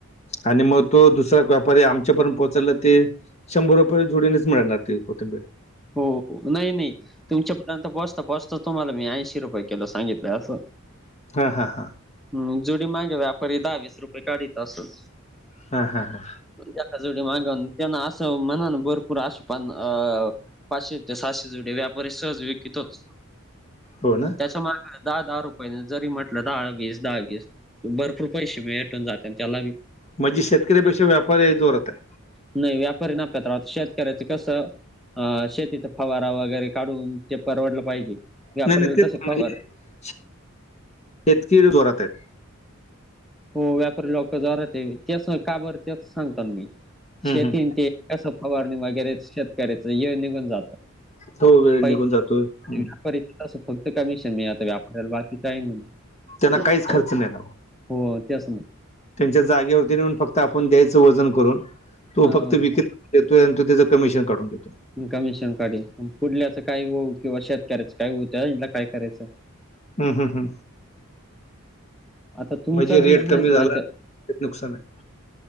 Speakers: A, on the left; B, in the centre.
A: आणि म तो दुसरा व्यापारी आमच्यापर्यंत पोहोचायला ते शंभर रुपये जुडीनेच मिळणार ते कोंथीबीर.
B: हो हो, नाही नाही! तुमच्यापर्यंत पोचता पोचता तुम्हाला मी ऐंशी रुपये कीलो, सांगितलं असं.
A: हा हा हा!
B: मं जुडी मांगे व्यापारी दहा, वीस, रुपये काढीत असल.
A: हा हा हा!
B: त्या एका जुडी मागून त्यांना असं मनान भरपूर आसूंपन अ! पाचशे ते साहाशे जुड्या व्यापारी सहज विकतोचं
A: हो ना
B: मं त्याच्या मा! दहा दहा, रुपयेने जरी म्हटलं, दहा वीस, दहा वीस. भरपूर पैसे भेटून जातान त्यालाबी.
A: म्हणजे शेतकरीपेक्षा व्यापारी जोरात आहे.
B: नाही व्यापारी नफ्यात राहतो शेतकऱ्याच कसं. अ शेतीचा फवारा वगैरे काढून, ते परवडलं पाहिजे. व्यापाऱ्याला
A: नाही नाही ते <unintelligible>
B: कसं फवार
A: शेतकरी जोरात आहेत.
B: हो व्यापारी लोकं जोरात हे तेचं ना का बरं त्याच सांगताल मी
A: हम्म,
B: शेती
A: हम्म.
B: अंन ते! कसं फवारणी वगैरे शेतकऱ्याच ऐळ निघून जातं.
A: हो वेळ
B: <unintelligible>
A: निघून जातोय हम्म.
B: तस फक्त कमिशन मिळत व्यापरायला बाकी काही नाही.
A: त्यांना <inaudible>
B: हो हो तेचं ना!
A: त्यांच्या जागेवरती नेऊन फक्त आपण द्यायचं वजन करून तो
B: हा
A: फक्त विकत. देतोय आणि तो त्याचं कमिशन काढून घेतोय.
B: कमिशन काढीन न पुढल्याचं काय होवो, किंवा शेतकऱ्याच काय होवो, तेवा यानला काय करायचं.
A: हू हू
B: आता तुमचा
A: म्हणजे
B: बिझनेस
A: रेट कमी झाला.
B: म्हणते
A: त्यात नुकसान आहे.